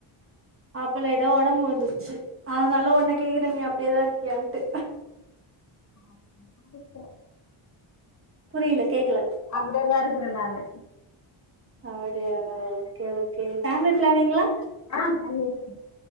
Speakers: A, on the right; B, on the left.
A: அப் ப லைட்டா ஒடம்பு வந்துருந்துச்சு அதுனால உன்ன கேக்குறே நீ அப்டியேதா இருக்கியான்ட்டு
B: ஆ
A: புரியல கேக்கல
B: அப்படியேதான் இருக்கிறேன் நானு
A: அப்டியா ஓகே ஓகே ஃபேமிலி பிளானிங்ளா
B: ஆ பண்ணியாச்சு